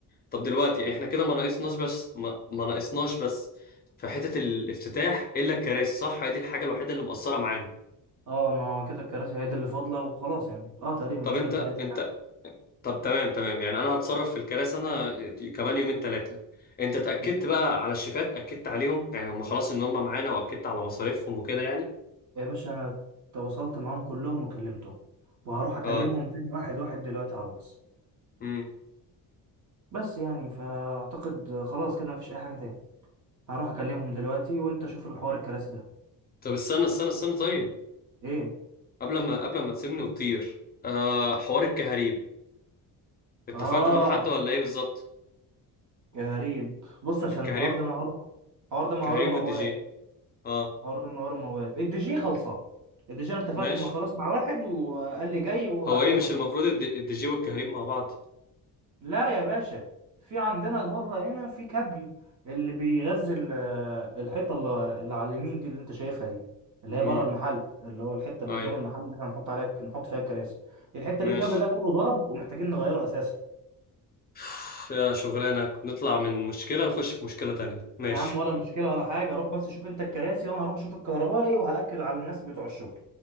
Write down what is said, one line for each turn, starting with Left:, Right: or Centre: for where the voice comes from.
Left: طب دلوقتي احنا كده ما ناقصناش بس ما, ما ناقصناش بس في حتة الافتتاح الا الكراسي صح هي دي الحاجة الوحيدة اللي مقصرة معانا
Right: اه ما هو كده الكراسي هي دي اللي فاضله وخلاص يعني اه تقريبا
Left: طب
Right: مفيش
Left: انت
Right: غير الكراسي
Left: انت
Right: فعلا.
Left: طب تمام تمام يعني انا هتصرف في الكراسي انا كمان يومين ثلاثة انت اتأكدت
Right: ماشي
Left: بقى على الشيفات اكدت عليهم يعني هم خلاص ان هم معانا واكدت على مصاريفهم وكده يعني
Right: يا باشا انا تواصلت معاهم كلهم وكلمتهم وهروح اكلمهم
Left: اه
Right: تاني واحد واحد دلوقتي على الواتس
Left: امم
Right: بس يعني فاعتقد خلاص كده مفيش اي حاجه تاني هروح اكلمهم دلوقتي وانت شوف الحوار الكراسي ده
Left: طب استنى استنى استنى طيب
Right: ايه
Left: قبل ما قبل ما تسيبني وتطير آه حوار الكهاريب اتفقت
Right: اه
Left: مع حد ولا ايه بالظبط
Right: غريب بص عشان
Left: الكهاريب
Right: الحوار ده معقول الحوار ده
Left: الكهاريب
Right: معقول موال
Left: والدي جي اه
Right: الحوار ده معقول موال الدي جي خلصان الدي جي انا اتفقت
Left: ماشي
Right: مع خلاص مع واحد وقال لي جاي وهيظبط
Left: هو ايه مش المفروض
Right: الد-
Left: الد- الديجي والكهريب مع بعض
Right: لا يا باشا في عندنا بره هنا في كابل اللي بيغذي ال- الحيطه اللي اللي على اليمين دي اللي انت شايفها دي اللي هي
Left: امم
Right: بره المحل اللي هو الحته اللي
Left: اي
Right: قدام المحل اللي احنا نحط عليها نحط فيها الكراسي الحته
Left: ماشي
Right: دي الكابل ده كله ضرب ومحتاجين نغيره اساسا
Left: <sighs> يا شغلانة نطلع من مشكلة نخش في مشكلة تانية ماشي
Right: يا عم ولا مشكلة ولا حاجة روح بس شوف انت الكراسي وانا هروح اشوف الكهربائي وهأكد على الناس بتوع الشغل